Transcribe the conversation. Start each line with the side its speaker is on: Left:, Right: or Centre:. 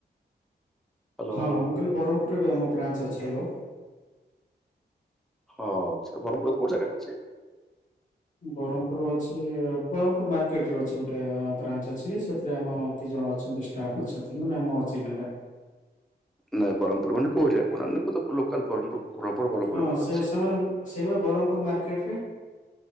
Centre: ହ୍ୟାଲୋ
Left: ହଁ
Centre: ହ୍ୟାଲୋ
Left: ମୁଁ କହିଲି ବ୍ରହ୍ମପୁରରେବି ଆମ ବ୍ରଞ୍ଚ୍ ଅଛି ହାଲୋ।
Centre: ହଁ ଆଛା ବ୍ରହ୍ମପୁର କୋଉଜାଗାରେ ଅଛେ?
Left: ବ୍ରହ୍ମପୁର ଅଛି ବ୍ରହ୍ମପୁର ମାର୍କେଟରେ ଅଛି ଗୋଟେ ବ୍ରାଞ୍ଚ ଅଛି ସେଥିରେ ଆମ ଦି ଜଣ ଅଛନ୍ତି ତାପଛ ଥିନୁନା ନାଆମ ଚିହ୍ନାଟା
Centre: ନଁ ବ୍ରହ୍ମପୁର ମାନେ କଉ ଜାଗା ଆମରତ ସବୁ ଲୋକାଲ ବ୍ରହ୍ମପୁର ପ୍ରପର ବ୍ରହ୍ମପୁର
Left: ହଁ
Centre: ଭିତରେ
Left: ସେ
Centre: ଅଛି
Left: ସେ ସେମାନେ ସେଇବା ବ୍ରହ୍ମପୁର ମାର୍କେଟରେ